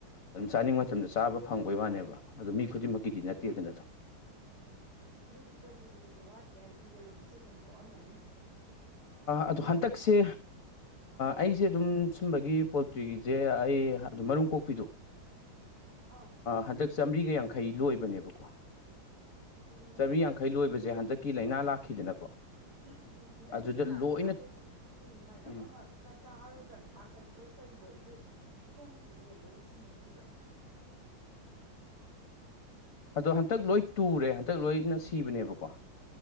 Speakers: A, on the left; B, on the right.
A: ꯑꯗꯨꯝ ꯆꯥꯅꯤꯡꯕ ꯃꯇꯝꯗ ꯆꯥꯕ ꯐꯪꯕꯩ ꯋꯥꯅꯦꯕ ꯑꯗꯨ ꯃꯤ ꯈꯨꯗꯤꯡꯃꯛꯀꯤꯗꯤ ꯅꯠꯇꯦ ꯑꯗꯨꯅꯗꯣ
B: ꯑꯗꯨꯗꯤ ꯄ꯭ꯔꯣꯇꯤꯟꯒꯤꯗꯤ ꯋꯥꯠꯇ꯭ꯔꯦ ꯍꯥꯏꯗꯤ ꯌꯦꯔꯨꯝꯁꯨ ꯑꯗꯨꯝ ꯄꯣꯛꯑꯝꯃꯅꯤ
A: ꯑꯗꯨꯗ ꯍꯟꯗꯛꯁꯦ ꯑꯩꯁꯦ ꯑꯗꯨꯝ ꯁꯨꯝꯕꯒꯤ ꯄꯣꯜꯇ꯭ꯔꯤꯒꯤꯁꯦ ꯑꯩ ꯑꯗꯨ ꯃꯔꯨꯝ ꯀꯣꯛꯄꯤꯗꯣ
B: ꯑꯥ ꯑꯣ
A: ꯍꯟꯗꯛ ꯆꯥꯃꯔꯤꯒ ꯌꯥꯡꯈꯩ ꯂꯣꯏꯕꯗꯣ
B: ꯑꯣ
A: ꯆꯝꯔꯤ ꯌꯥꯡꯈꯩ ꯂꯣꯏꯕꯁꯦ ꯍꯟꯗꯛꯀꯤ ꯂꯥꯏꯅꯥ ꯂꯥꯛꯈꯤꯗꯅꯀꯣ
B: ꯎꯝ ꯎꯝ ꯎꯝ ꯍꯟꯗꯛ
A: ꯑꯗꯨꯗ
B: ꯌꯦꯟ
A: ꯂꯣꯏꯅ
B: ꯂꯥꯛꯑꯦꯅ ꯑꯩꯈꯣꯏꯁꯨ ꯎꯝ ꯃꯔꯛ
A: ꯎꯝ
B: ꯑꯃ ꯆꯥꯔꯨꯗ꯭ꯔꯕꯅꯦ ꯄꯥꯈꯠꯄꯣꯏ ꯀꯩꯕꯣꯏ ꯑꯗꯨ ꯁꯣꯝꯒꯤꯁꯨ ꯌꯦꯟ ꯂꯣꯏ ꯁꯤꯈꯤꯕ꯭ꯔꯥ
A: ꯑꯗꯣ ꯍꯟꯇꯛ ꯂꯣꯏ ꯇꯨꯔꯦ ꯍꯟꯗꯛ ꯂꯣꯏꯅ ꯁꯤꯕꯅꯦꯕꯀꯣ